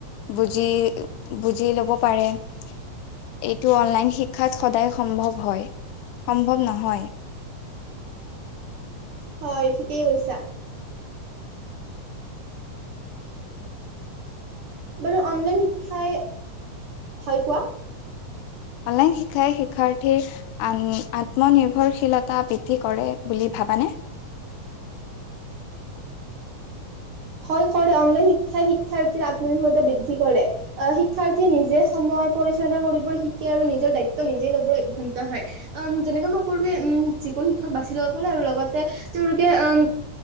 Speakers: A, on the left; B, on the right.
A: বুজি, বুজি ল'ব পাৰে এইটো অনলাইন শিক্ষাত সদায় সম্ভৱ হয়, সম্ভৱ নহয়।
B: হয়, ঠিকেই কৈছা। বাৰু অনলাইন শিক্ষাই, হয় কোৱা।
A: অনলাইন শিক্ষাই শিক্ষাৰ্থীৰ আন আত্মনিৰ্ভৰশীলতা বৃদ্ধি কৰে। বুলি ভাবানে?
B: হয় কৰে, অনলাইন শিক্ ক্ষাই শিক্ষাৰ্থীৰ আত্মনিৰ্ভ বৃদ্ধি কৰে আ, শিক্ষাৰ্থীয়ে নিজে সময় পৰিচালনা কৰিব শিকে আৰু নিজৰ দায়িত্ব নিজে ল'বলৈ অভ্যন্তৰ হয় আহম, যেনেকৈ মই কলোৱে উম, যিকোনো শিক্ষক বাছি ল'ব পাৰে আৰু লগতে তেওঁলোকে উম,